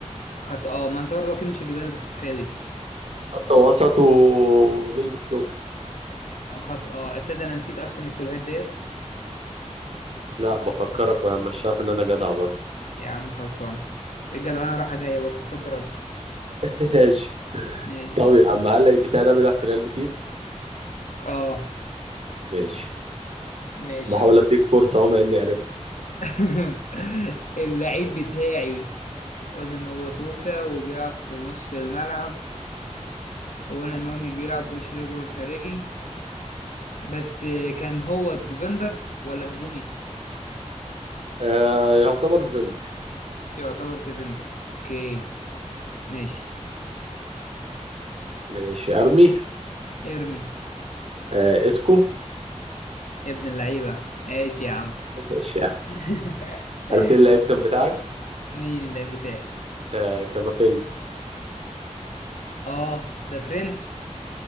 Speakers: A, on the left; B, on the right.
A: خط اه ما انت برضه اكيد مش هتجيبها لي بس التحيه دي
B: خط وسط وبيلبس توك
A: خط اه تصدق انا نسيت اصلا الكلوهات ديت
B: لا بفكرك يا عم مش شايف ان انا جدع برضه
A: يا عم خلصان الجدع انا رايحه جايه برضه صد رد
B: <laughs> ماشي
A: ماشي
B: طب يا عم هل اللعيب بتاعي ده بيلعب في ريال بيتيس
A: اه
B: ماشي
A: ماشي
B: بحاول اديك فرصه اهو مع اني عرفت
A: <laughs> اللعيب بتاعي قلنا ان هو توكا وبيلعب في نص الملعب وقلنا ان هو مش بيلعب بوش رجله الخارجي بس كان هو ديفندر ولا هجومي
B: آه يعتبر ديفندر
A: يعتبر ديفندر اوكي ماشي
B: ماشي ارمي
A: ارمي
B: آه اسكو
A: يا ابن اللعيبه ماشي يا عم
B: ماشي يا عم
A: <laughs>
B: عارفين اللعيب كان بتاعك
A: مين اللعيب بتاعي
B: آه كامافينجا
A: اه ده فرنسي